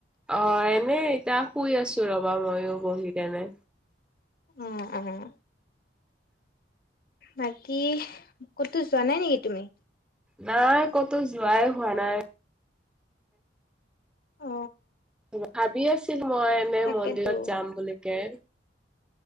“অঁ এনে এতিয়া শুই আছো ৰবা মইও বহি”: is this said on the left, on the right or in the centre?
Centre